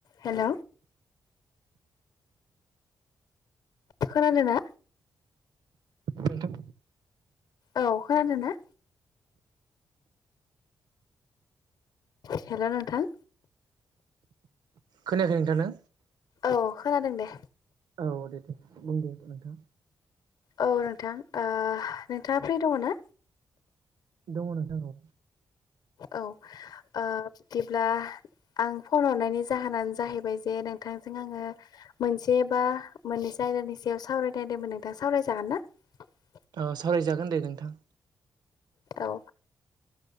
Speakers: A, on the left; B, on the right.
A: हेल' खोनादों ना
B: नोंथां
A: औ खोनादों ना हेल' नोंथां
B: खोनायाखै नोंथांनो
A: औ खोनादों दे
B: औ दे दे बुं दे नोंथां
A: औ नोंथां नोंथाङा फ्रि दङ ना
B: दङ नोंथांखौ
A: औ बिदिब्ला आं फन हरनायनि जाहोनानो जाहैबाय जे नोंथांजों आङो मोनसे बा मोननै जायगानि सायाव सावरायनायदोंमोन नोंथां सावरायजागोन ना अ <inaudible>
B: औ सावरायजागोन दे नोंथां
A: औ ओ